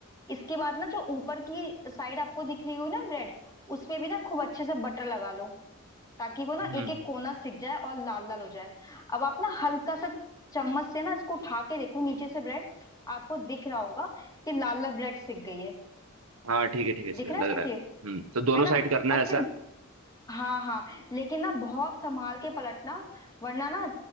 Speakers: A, on the left; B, on the right.
A: इसके बाद ना जो ऊपर की साइड आपको दिख रही हो ना ब्रेड उसपे भी ना खूब अच्छे से बटर लगा लो ताकि वो ना
B: है। हम्म
A: एक एक कोना सिक जाए और लाल लाल हो जाए अब आप ना हल्का सा चम्मच से ना इसको उठा के देखो नीचे से ब्रेड आपको दिख रहा होगा कि लाल लाल ब्रेड सिक गई है
B: हाँ ठीक है ठीक है सर
A: दिख रहा
B: लग
A: है सिक्के
B: रहा है हम्म तो दोनों
A: है ना
B: साइड करना
A: और
B: है ऐसा
A: फिर हाँ हाँ लेकिन ना बहुत संभाल के पलटना वरना ना